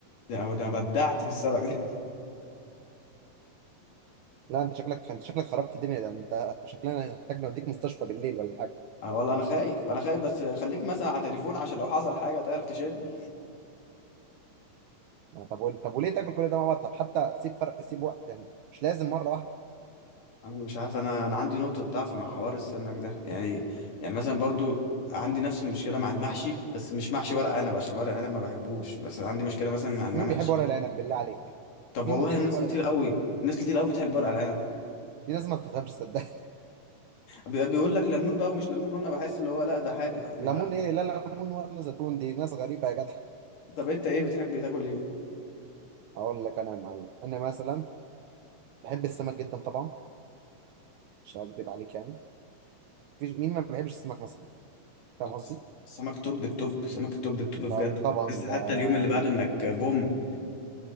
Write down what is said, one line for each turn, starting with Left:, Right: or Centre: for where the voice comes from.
Left: ده انا ده أنا بدعت في السمك <laughs> ده
Right: لا انت شكلك انت شكلك خربت الدنيا ده انت شكلنا محتاج نوديك مستشفى بالليل ولا حاجه
Left: أنا والله انا خايف انا خايف بس خليك مثلا على تليفون عشان لو حصل حاجه تعرف تشيل
Right: طب ول- طب وليه تاكل كل ده مع بعض طب حتى سيب فرق سيب وقت يعني مش لازم مره واحده
Left: انا مش عارف انا انا عندي نقطه ضعف مع حوار السمك ده يعني يعني مثلا برضو عندي نفس المشكله مع المحشي بس مش محشي ورق عنب عشان ورق عنب ما بحبوش بس عندي مشكله مثلا مع
Right: مين
Left: المحشي
Right: بيحب ورق العنب بالله عليك
Left: طب
Right: مين
Left: والله
Right: ممكن
Left: الناس
Right: يحب ورق
Left: كتير
Right: العنب
Left: قوي ناس كتير قوي بتحب ورق العنب
Right: <laughs> دي ناس ما بتفهمش صدق
Left: بي- بيقول لك ليمون بقى ومش ليمون وانا بحس اللي هو لا ده حادق
Right: <laughs> ليمون
Left: يعني لا
Right: ايه لا ليمون ولا زيتون دي ناس غريبه يا جدع
Left: طب انت ايه
Right: <laughs>
Left: بتحب تاكل ايه
Right: اقول لك انا يا معلم انا مثلا بحب السمك جدا طبعا مش هكذب عليك يعني مفيش مين ما بيحبش السمك مثلا فاهم
Left: لا
Right: قصدي
Left: بس سمك توب التوب سمك التوب التوب بجد
Right: طب-
Left: <laughs>
Right: طبعا
Left: بس حتى
Right: ده يعني
Left: اليوم اللي بعده انك بوم